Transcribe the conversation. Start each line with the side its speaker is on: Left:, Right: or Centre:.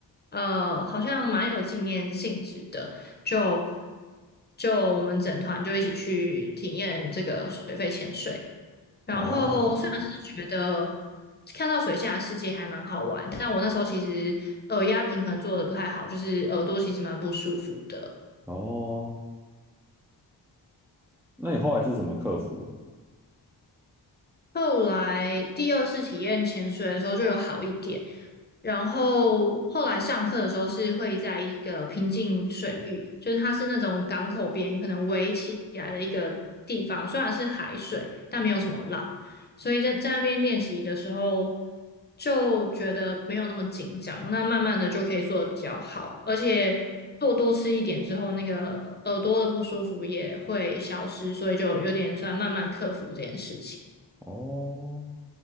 Left: 呃，好像蛮有纪念性质的，就就我们整团就一起去体验这个水肺潜水。然后虽然是觉得
Centre: 哦
Left: 看到水下的世界还蛮好玩，但我那时候其实耳压平衡做的不太好，就是耳朵其实蛮不舒服的。
Centre: 哦，那你后来是怎么克服？
Left: 后来第二次体验潜水的时候就有好一点，然后后来上课的时候是会在一个平静水域，就是它是那种港口边可能围起来的一个地方，虽然是海水，但没有什么浪，所以在在那边练习的时候就觉得没有那么紧张，那慢慢的就可以做的比较好，而且做多吃一点之后，那个耳朵的不舒服也会消失，所以就有点算慢慢克服这件事情。
Centre: 哦，